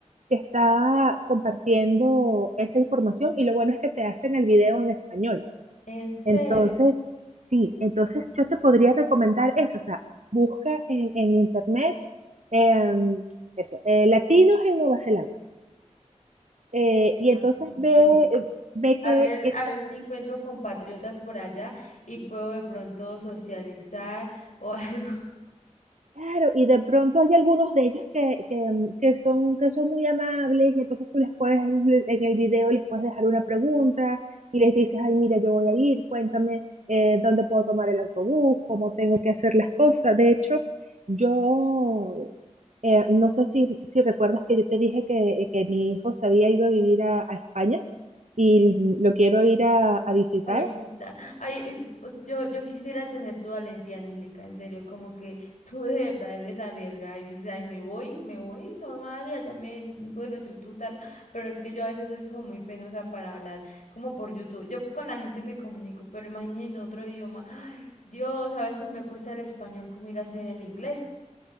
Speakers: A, on the right (about 70°); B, on the left (about 80°).
A: que está compartiendo esa información y lo bueno es que te hacen el video en español.
B: ¿En
A: Entonces,
B: serio?
A: sí, entonces yo te podría recomendar eso, o sea, busca en, en internet em, eso, eh, latinos en Nueva Zelanda eh, y
B: Ah,
A: entonces
B: ok.
A: ve, ve
B: A
A: qué,
B: ver,
A: qué
B: a ver si encuentro compatriotas por allá y puedo de pronto socializar o <laughs> algo.
A: Claro, y de pronto hay algunos de ellos que, que, mm, que son, que son muy amables y entonces tú les puedes, en el video les puedes dejar una pregunta y les dices, ay, mira, yo voy a ir, cuéntame eh, dónde puedo tomar el autobús, cómo tengo que hacer las cosas. De hecho, yo eh, no sé si, si recuerdas que yo te dije que, que mi hijo se había ido a vivir a, a España y lo quiero ir a, a visitar.
B: A visitar. Ay, eh, os- yo, yo quisiera tener tu valentía, Angélica, en serio, como que <laughs> tú de verdad eres arriesgada y dices, ay, me voy, me voy, normal, y allá me, bueno, YouTube tal, pero es que yo a veces soy como muy penosa para hablar, como por YouTube. Yo con la gente me comunico, pero imagínate en otro idioma, ay, Dios, a veces me cuesta el español como ir a hacer el inglés.